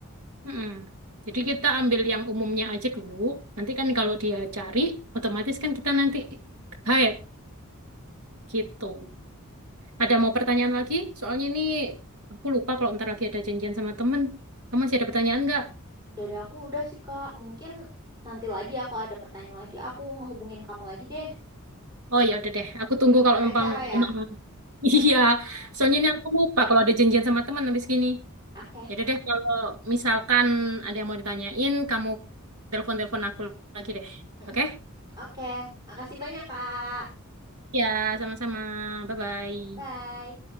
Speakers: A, on the right (about 70°); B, on the right (about 20°).
A: mm-mm. Jadi kita ambil yang umumnya aja dulu. Nanti kan kalau dia cari, otomatis kan kita nanti guide gitu. Ada mau pertanyaan lagi? Soalnya ini aku lupa kalau ntar lagi ada janjian sama temen. Kamu masih ada pertanyaan nggak?
B: Dari aku udah sih Kak, mungkin nanti lagi ya kalau ada pertanyaan lagi aku ngehubungin kamu lagi deh.
A: Oh ya udah deh, aku tunggu
B: Kamu
A: kalau
B: ada
A: memang
B: acara ya?
A: emang <laughs> iya. Soalnya ini aku lupa kalau ada janjian sama teman habis gini.
B: <laughs> Oke.
A: Ya udah deh kalau misalkan ada yang mau ditanyain, kamu telepon-telepon aku lagi deh.
B: Mm-mm.
A: Oke?
B: Oke, makasih banyak Kak.
A: Ya, sama-sama. Bye-bye.
B: Bye.